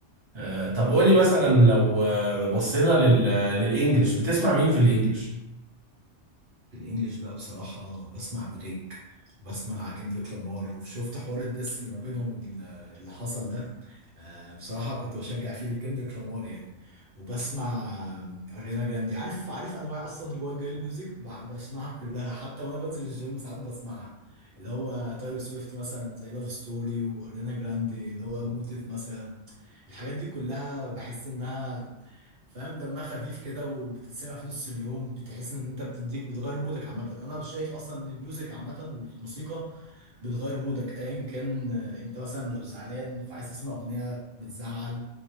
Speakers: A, on the right; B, on the right.
A: آه، طب قولي مثلا لو آه، بصينا لل- آه، للانجليش بتسمع مين في الانجليش
B: في الانجليش بقى بصراحة بسمع دريك بسمع كندريك لامار وشفت حوار الدس اللي ما بينهم ال- اللي حصل ده آه، بصراحة كنت بشجع فيه لكندريك لامار يعني وبسمع آه، اريانا جراندي عارف عارف انواع اصلا الوايت جيرل ميوزك ب- بسمعها كلها حتى وانا بنزل الجيم ساعات بسمعها اللي هو تايلور سويفت مثلا زي لاف ستوري واريانا جراندي اللي هو موتيف مثلا الحاجات دي كلها بحس انها فاهم دمها خفيف كده وبتتسمع في نص اليوم بتحس ان انت بتديك بتغير مودك عامه انا شايف اصلا ان الميوزك عامه والموسيقى بتغير مودك ايا كان آه، انت مثلا لو زعلان فعايز تسمع اغنيه بتزعل